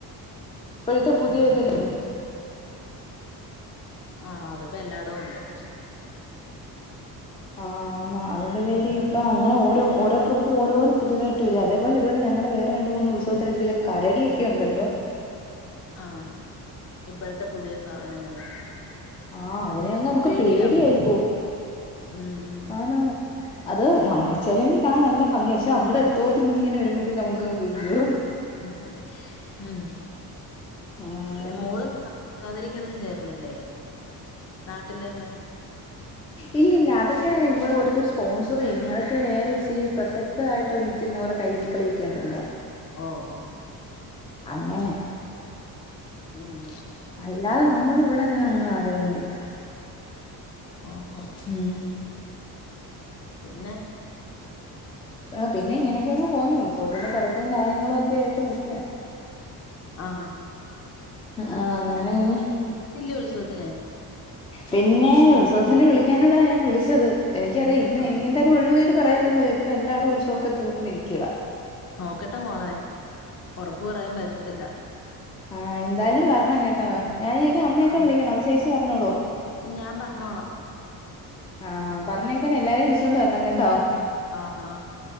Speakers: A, on the left; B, on the left.
A: ഇപ്പഴ്ത്തെ പുതിയ ഇതല്ലേ നിങ്ങള്
B: ആഹ് അതിപ്പോ എല്ലാടവും ഒണ്ട്
A: ആഹ് അതിന്റെ പേരീ ഇപ്പൊ അങ്ങനെ ഓരോ ഓരോ ട്രിപ്പ് ഓരോന്ന് പുതിയതായി ട്ട് വെര അതെപോലെ ഇവിടെ ഞങ്ങടെ വേറെ രണ്ട് മൂന്ന് ഉത്സവത്തിന്റെടുത്ത് ഇല്ല കരടി ഒക്കെ ഒണ്ടല്ലോ
B: ആഹ് ഇപ്പഴ്ത്തെ പുതിയ സാധനങ്ങള്
A: ആഹ് അതിനെ അങ്ങ് നമുക്ക്
B: പേടിയാവും
A: പേടിയായി പോവും
B: ഉം
A: ആന്നാന്ന് അത് നമ്മ ചെലതി കാണൻ നല്ല ഭംഗിയ പക്ഷെ നമ്മുടെ അടുത്തോട്ട് ഇങ്ങനെ വരുമ്പഴ്ത്തേക്ക് നമുക്കങ് പേടിയാവും
B: ഉം ഉം
A: ആഹ് അങ്ങനെ
B: ഉം മോള് തിരുവാതിരക്കൊന്നും ചേർന്നില്ലേ നാട്ടിലൊള്ള
A: ഇല്ലില്ല അതൊക്കെ ഇവിടെ ഓരോരുത്തര് സ്പോൺസർയ്യുന്നയാ അതൊക്കെ വേറെ ഇച്ചിരി പ്രസക്തായിട്ട് നിക്കുന്ന ഓരോ കൈകൊട്ടികളിയൊക്കെയുണ്ടല്ലോ
B: ഓ ഓ
A: അങ്ങനെ
B: ഉം
A: അല്ലാതെ നമ്മൾ ഇവിടെ ഇങ്ങനെ അങ്ങനെ അങ്ങ് ആരൊന്നുല്ല
B: ഓ ഓ
A: ഉം
B: പിന്ന
A: ആ പിന്ന ഇങ്ങനൊക്കെ അങ് പോന്നു ഉത്സവത്തിന്റെ തൊറക്കും കാര്യങ്ങളൊക്കെ ആയിട്ട് നിക്ക
B: ആഹാ
A: ആഹ് അങ്ങനെ ഇനി
B: എത്തില്ലേ ഉത്സവത്തിന്
A: പിന്നെ ഉ ഉത്സവന് വിളിക്കാനൂടാ ഞാൻ വിളിച്ചത് എനിക്കറിയാം ഇന്ന്
B: ആഹ്
A: ഇനി എന്താലും ഒഴുവുകേട് പറയര്തല്ലോ ഇപ്പ എല്ലാടവും ഉത്സവം ഒക്കെ തീർന്നിരിക്കുവ
B: നോക്കട്ടെ മോളെ ഒറപ്പ് പറയാൻ പറ്റത്തില്ല
A: ആഹ് എന്തായാലും വെർണം കേട്ടോ ഞാനിനിയൊക്കെ അമ്മയൊക്കെ
B: ആഹ്
A: വിളിക്കണോ അതോ ചേച്ചി പറഞ്ഞോളുവോ
B: ഞാൻ പറഞ്ഞോളാം
A: ആഹാ പറഞ്ഞേക്കണെ എല്ലാവരേം വിളിച്ചോണ്ട് വെരണം കേട്ടോ
B: ആഹ് ഹാ